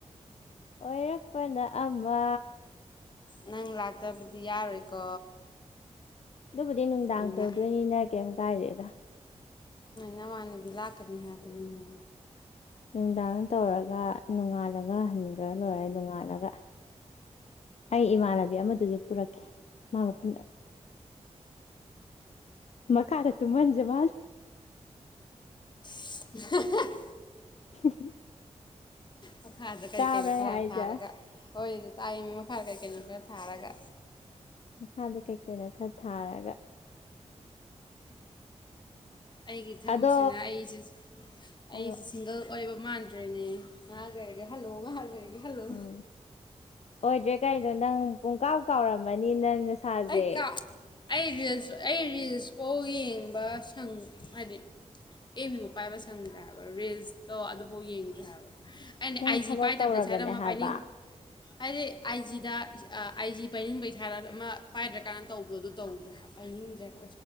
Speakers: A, on the left; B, on the left.
A: ꯑꯣꯏꯔꯛꯄꯅ ꯑꯃ
B: ꯅꯪ ꯂꯥꯛꯇꯕꯗꯤ ꯌꯥꯔꯣꯏꯀꯣ
A: ꯑꯗꯨꯕꯨꯗꯤ ꯅꯨꯡꯗꯥꯡ
B: ꯅꯪꯅ
A: ꯇꯧꯗꯣꯏꯅꯤꯅ ꯀꯩꯝ ꯀꯥꯏꯔꯦꯗ
B: ꯅꯃꯥꯟ ꯅꯕꯤ ꯂꯥꯛꯀꯅꯤ ꯍꯥꯏꯕꯅꯤꯍꯦ
A: ꯅꯨꯡꯗꯥꯡ ꯇꯧꯔꯒ ꯅꯣꯡꯉꯥꯜꯂꯒ ꯍꯟꯈ꯭ꯔ ꯂꯣꯏꯔꯦ ꯅꯣꯡꯉꯥꯜꯂꯒ ꯑꯩ ꯏꯃꯥꯟꯅꯕꯤ ꯑꯃꯗꯨꯁꯨ ꯄꯨꯔꯛꯀꯦ ꯃꯥꯒ ꯄꯨ ꯃ ꯀꯥꯔꯠꯇꯨ ꯃꯟꯖ ꯃꯥꯜ
B: ꯑ
A: <unintelligible>
B: ꯃꯈꯪꯈꯥꯗ ꯀꯔꯤ
A: ꯇꯥꯕ꯭ꯔꯥ
B: ꯀꯩꯅꯣ ꯈꯔ
A: ꯑꯩ ꯍꯥꯏꯁꯦ
B: ꯊꯥꯔꯒ ꯍꯣꯏ ꯇꯥꯛꯏꯅꯦ ꯃꯈꯥ ꯀꯩꯀꯩꯅꯣ ꯈꯔ ꯊꯥꯔꯒ
A: ꯃꯈꯥꯗ ꯀꯩꯀꯩꯅ ꯈꯔ ꯊꯥꯔꯒ
B: ꯑꯩꯒꯤ ꯊꯕꯛꯁꯤꯅ
A: ꯑꯗꯣ
B: ꯑꯩꯁꯤ
A: ꯍꯥꯏꯔꯛꯑꯣ
B: ꯑꯩꯁꯤ ꯁꯤꯡꯒꯜ ꯑꯣꯏꯕ ꯃꯥꯟꯗ꯭ꯔꯦꯅꯦ ꯉꯍꯥ ꯀꯩꯔꯒꯦ ꯍꯜꯂꯣꯨ ꯉꯥ ꯀꯩꯔꯒꯦ ꯍꯜꯂꯣ
A: ꯎꯝ ꯑꯣꯏꯗ꯭ꯔꯦ ꯀꯩꯅꯣ ꯅꯪ ꯄꯨꯡꯀꯥꯎꯛ ꯀꯥꯎꯔꯝꯃꯅꯤ ꯅꯪ ꯅꯁꯥꯁꯦ
B: ꯑꯩ ꯀꯥ ꯑꯩ ꯔꯤꯜꯁ ꯑꯩ ꯔꯤꯜꯁ ꯐꯥꯎ ꯌꯦꯡꯕ ꯁꯪ ꯍꯥꯏꯗꯤ ꯑꯦꯝꯃꯤꯕ ꯄꯥꯏꯕ ꯁꯪꯗ꯭ꯔꯦꯕ ꯔꯤꯁꯇꯣ ꯑꯗꯨꯐꯥꯎ ꯌꯦꯡꯗ꯭ꯔꯦ ꯍꯥꯏꯕ ꯑꯩꯅ
A: ꯅꯪ
B: ꯑꯥꯏ ꯖꯤ
A: ꯊꯕꯛ
B: ꯄꯥꯏꯗꯕꯗ
A: ꯇꯧꯔꯕꯅꯦ
B: ꯏꯁꯔ ꯑꯃ
A: ꯍꯥꯏꯕ
B: ꯄꯥꯏꯅꯤꯡ ꯍꯥꯏꯗꯤ ꯑꯥꯏ ꯖꯤꯗ ꯑꯥꯏ ꯖꯤ ꯄꯥꯏꯅꯤꯡꯕꯩꯥꯔ ꯑꯃ ꯄꯥꯏꯗ꯭ꯔꯀꯥꯟꯅ ꯇꯧꯕꯣ ꯑꯗꯨ ꯇꯧꯗ꯭ꯔꯦ ꯑꯩꯗ ꯀ